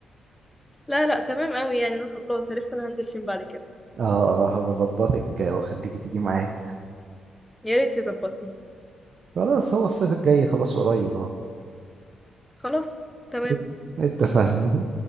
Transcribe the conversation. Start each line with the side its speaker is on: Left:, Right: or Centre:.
Centre: لا لا تمام قوي يعني انا خلاص عرفت انا هنزل فين بعد كده
Right: اه هبقى اظبطك آه، واخليكي تيجي معايا
Centre: يا ريت تظبطني
Right: خلاص هو الصيف الجاي خلاص قريب اهو
Centre: خلاص تمام
Right: ات- اتفقنا